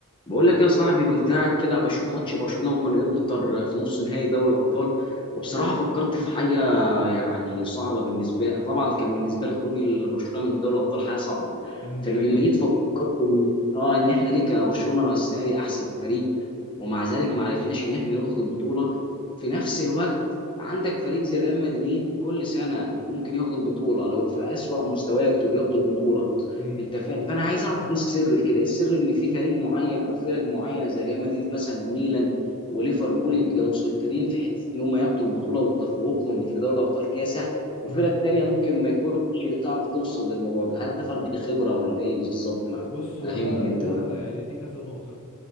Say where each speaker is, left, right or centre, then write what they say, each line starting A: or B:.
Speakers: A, on the left; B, on the left.
A: بقول لك يا صاحبي كنت قاعد كده بشوف ماتش برشلونة والإنتر في نص نهائي دوري الأبطال وبصراحة فكرت في حاجة يعني صعبة بالنسبة لي طبعا كان بالنسبة لي خروج برشلونة من دوري الأبطال حاجة صعبة
B: امم دي
A: فلما
B: حقيقة
A: جيت فكرت إن اه إن احنا ليه كبرشلونة السنة دي أحسن فريق ومع ذلك ما عرفناش إن احنا ناخد البطولة في نفس الوقت عندك فريق زي ريال مدريد كل سنة ممكن ياخد البطولة لو في أسوأ مستوياته بياخد البطولة
B: امم
A: انت فاهم فانا عايز اعرف ايه السر في كده ايه السر ان في فريق معين او فرق معينه زي ريال مدريد مثلا وميلان وليفربول يبقى مسيطرين في حته ان هم ياخدوا البطوله وتفوقهم في دوري ابطال كاسح وفرق
B: امم
A: تانية ممكن ما يكونش تعرف توصل للموضوع ده هل ده فرق خبره ولا ايه بالظبط مع
B: بص
A: فهمني
B: هو ده
A: انت
B: ده
A: بقى
B: يعني دي كذا نقطة